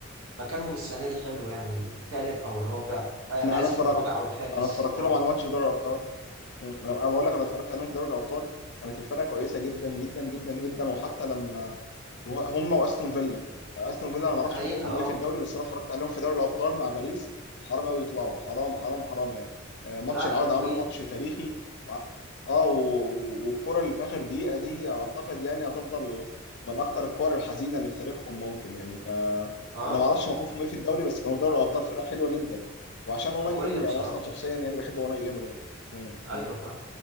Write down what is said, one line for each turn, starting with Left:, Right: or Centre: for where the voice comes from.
Right: فمكانهم السنة دي حلو يعني التالت أو الرابع آه أنا
Left: انا انا
Right: آسف
Left: اتفرجت
Right: الرابع أو الخامس
Left: انا اتفرجت
Right: أه
Left: لهم على ماتش في دوري الابطال مم. انا أنا بقول لك انا اتفرجت عليهم في دوري الابطال كانت الفرقه كويسه جدا جدا جدا جدا وحتى لما وه- هم واستون فيلا استون فيلا انا ما
Right: دي
Left: اعرفش
Right: حقيقة
Left: موقفهم
Right: أه
Left: ايه في الدوري بس انا اتفرجت عليهم في دوري الابطال مع باريس حرام قوي يطلعوا حرام حرام حرام يعني آه، ماتش
Right: لا
Left: العوده
Right: حلوين
Left: عملوا ماتش تاريخي وع- اه و- و- والكره اللي في اخر دقيقه دي اعتقد يعني هتفضل من اخطر الكور الحزينه اللي في تاريخهم ممكن يعني ف
Right: أه
Left: انا ما اعرفش موقفهم ايه في الدوري بس كانوا في دوري الابطال فرقه حلوه جدا وعشان وناي
Right: قوية
Left: امري
Right: بصراحة
Left: انا اصلا شخصيا يعني بحب وناي امري يعني مم.
Right: أيوة
Left: مم.
Right: فاهم